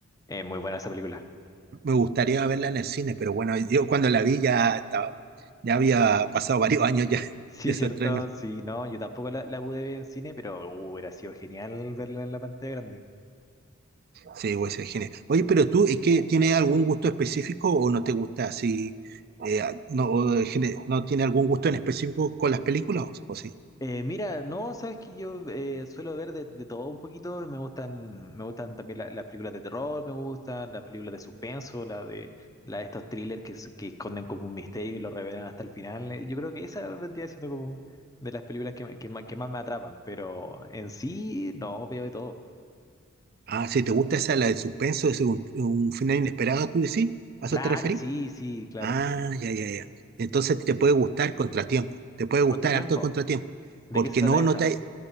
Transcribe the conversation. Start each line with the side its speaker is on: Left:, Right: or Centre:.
Left: eh, muy buena esa película.
Right: Me gustaría verla en el cine, pero bueno, yo cuando la vi ya estaba, ya había pasado varios años ya <laughs>
Left: Sí,
Right: de su
Left: cierto,
Right: estreno.
Left: sí, no, yo tampoco la, la pude ver en cine, pero uh, hubiera sido genial verla en la pantalla grande.
Right: Sí, güey, ser genial. Oye, pero tú, ¿es que tienes algún gusto específico o no te gusta así? eh, no, o de gene- ¿No tiene algún gusto en específico con las películas o o sí?
Left: Eh, mira, no, sabes que yo eh, suelo ver de, de todo un poquito. Me gustan, me gustan también la- las películas de terror, me gustan las películas de suspenso, la de, la de estos thrillers que, se- que esconden como un misterio y lo revelan hasta el final. Eh, Yo creo que esa vendría siendo como de las películas que, me- que, más, que más me atrapan, pero en sí, no, veo de todo.
Right: Ah, si te gusta esa, la de suspenso, es un, un final inesperado, tú decís, ¿a
Left: Claro,
Right: eso te referís?
Left: sí, sí, claro.
Right: Ah, ya, ya, ya. Entonces te puede gustar Contratiempo, te puede gustar
Left: Contratiempo,
Right: harto Contratiempo,
Left: ¿de
Right: porque
Left: qué se trata
Right: no, no
Left: esa?
Right: te...